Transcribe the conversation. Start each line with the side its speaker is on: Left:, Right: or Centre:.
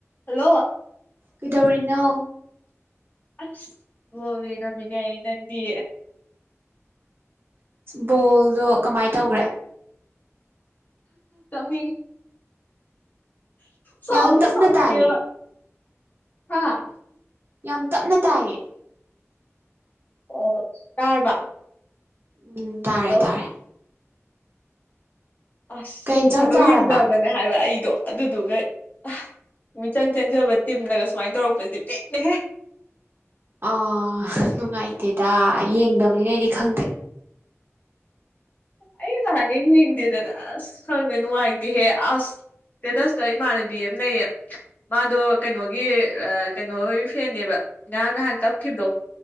Left: hello
Right: ꯀꯩꯗꯧꯔꯤꯅꯣ
Left: ꯑꯁ ꯕꯥꯜ ꯌꯦꯒꯃꯤꯅꯦ ꯅꯗꯤ
Right: ꯕꯣꯜꯗꯣ ꯀꯃꯥꯏꯅ ꯇꯧꯈ꯭ꯔꯦ
Left: ꯀꯃꯤ ꯁꯥꯎ
Right: ꯌꯥꯝ ꯇꯞꯅ
Left: ꯁꯥꯎꯅꯤꯡ
Right: ꯇꯥꯏꯌꯦ
Left: ꯉꯦꯕ ꯍꯥꯥ
Right: ꯌꯥꯝ ꯇꯞꯅ ꯇꯥꯏꯌꯦ
Left: ꯑꯣ ꯇꯥꯔꯕ
Right: ꯎꯝ ꯇꯥꯔꯦ
Left: ꯍꯜꯂꯣ
Right: ꯇꯥꯔꯦ
Left: ꯑꯁ
Right: ꯀꯩ
Left: ꯅꯣꯡ
Right: ꯏꯟꯖꯥꯡ
Left: ꯐꯥꯗꯣꯛ
Right: ꯆꯥꯔꯕ
Left: ꯌꯦꯡꯖꯕꯅꯦ ꯍꯥꯏꯕ ꯑꯩꯗꯣ ꯑꯗꯨꯗꯨꯒ ꯑ ꯃꯤꯆꯪ ꯆꯪꯖꯕ ꯇꯤꯅꯒ ꯁꯨꯃꯥꯏꯅ ꯇꯧꯔꯛꯄꯁꯤꯗꯤ ꯄꯦꯟꯗꯦ
Right: ꯑꯥ ꯅꯨꯡꯉꯥꯏꯇꯦꯗ ꯌꯦꯡꯗꯕꯅꯤꯅ ꯑꯩꯗꯤ ꯈꯪꯗꯦ
Left: ꯑꯩ ꯇꯥꯒꯦ ꯌꯦꯡꯗꯦꯗꯅ ꯑꯁ ꯈꯪꯗꯦ ꯅꯨꯡꯉꯥꯏꯇꯦꯍꯦ ꯑꯁ ꯇꯗꯁꯇ ꯏꯃꯅꯕꯤꯌꯦ ꯂꯩꯌꯦ ꯃꯥꯗꯣ ꯀꯩꯅꯣꯒꯤ ꯀꯩꯅꯣ ꯐꯦꯅꯦꯕ ꯉꯍꯥꯡ ꯅꯍꯥꯟ ꯀꯞꯈꯤꯕꯗꯣ